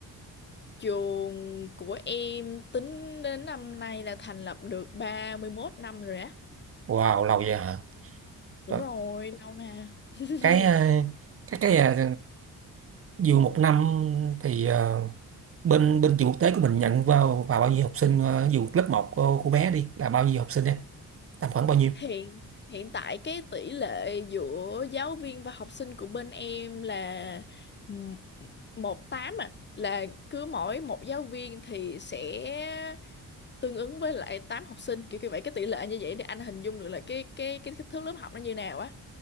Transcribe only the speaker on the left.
trường của em tính đến năm nay là thành lập được 31 năm rồi á
đúng
rồi lâu mà <laughs>
hiện hiện tại cái tỷ lệ giữa giáo viên và học sinh của bên em là m- một tám à là cứ mỗi một giáo viên thì sẽ tương ứng với lại tám học sinh kiểu như vậy cái tỷ lệ như vậy để anh hình dung được là cái cái cái kích thước lớp học nó như nào á